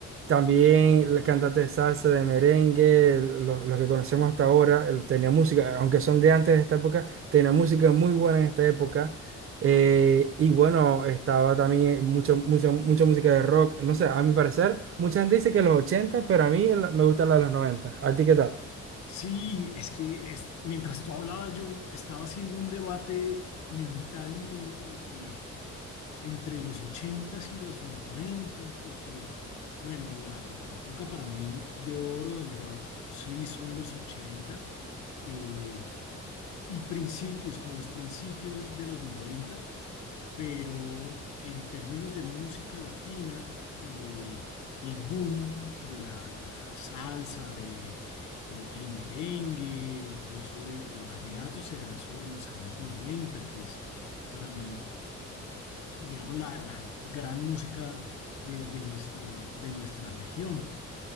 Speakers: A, on the right; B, on the left.
A: también el cantante de salsa, de merengue, el- lo- los que conocemos hasta ahora, el- tenía música, aunque son de antes de esta época, tenía música muy buena en esta época. eh, y bueno, estaba también eh, mucha, mucha, mucha música de rock. No sé, a mi parecer, mucha gente dice que los 80 pero a mí la- me gusta la de los noventa ¿A ti qué tal?
B: Sí, es que es- mientras tú hablabas, yo estaba haciendo un debate mental mío y entre los ochentas y los noventas porque, bueno, la, la época para mí de oro del rock, sí, son los 80 eh, y principios, como los principios de los noventa pero en términos de música latina, eh, el boom de la, de la salsa, de, eh, el merengue, incluso de- del vallenato, se da sobre los años noventa que es para mí, digamos, la, la gran música de, de nuestra, de nuestra región.